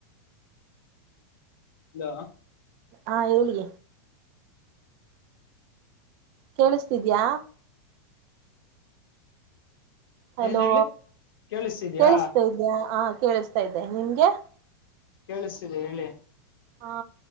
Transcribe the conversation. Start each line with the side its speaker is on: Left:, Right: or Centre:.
Left: ಹಲೋ
Right: ಹಾ ಹೇಳಿ ಕೇಳಿಸ್ತಿದ್ಯಾ ಹಲೋ
Left: ಏನ್ ಹೇಳಿ ಕೇಳಿಸ್ತಿದ್ಯಾ
Right: ಕೇಳಿಸ್ತಾ ಇದಯ ಹಾ ಕೇಳಿಸ್ತಾ ಇದ್ದೆ ನಿಮ್ಗೆ
Left: ಕೇಳಿಸ್ತಿದೆ ಹೇಳಿ
Right: ಹಾ